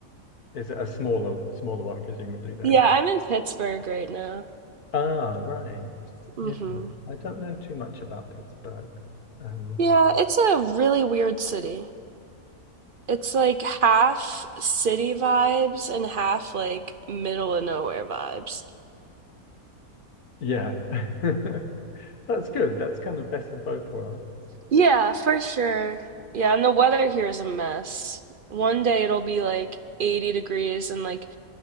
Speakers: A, on the left (about 80°); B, on the right (about 50°).
A: is it a smaller smaller one presumably there?
B: Yeah, I'm in Pittsburgh right now.
A: Ah, right.
B: hmm
A: Yeah, I don't know too much about Pittsburgh. Um,
B: Yeah, it's a really weird city. It's like half city vibes and half like middle of nowhere vibes.
A: yeah, <laughs> that's good. That's kind of best of both worlds.
B: Yeah, for sure. Yeah, and the weather here is a mess. One day it'll be like 80 degrees, and like